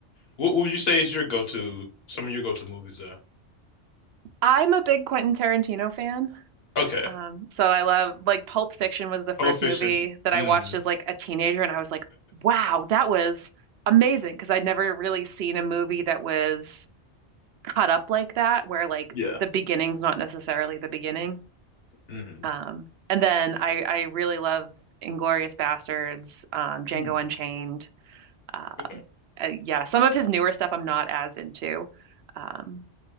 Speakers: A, on the left; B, on the right.
A: What what would you say is your go-to? Some of your go-to movies though.
B: I'm a big Quentin Tarantino fan.
A: Okay.
B: Um, so I love like Pulp Fiction was the first
A: Pulp Fiction.
B: movie that I
A: Mm.
B: watched as like a teenager, and I was like, wow, that was amazing because I'd never really seen a movie that was cut up like that where like
A: Yeah.
B: the beginning's not necessarily the beginning.
A: Mm.
B: Um, and then I I really love Inglorious Bastards, um, Django
A: Mm.
B: Unchained. Um,
A: Okay.
B: uh, yeah, some of his newer stuff I'm not as into. Um,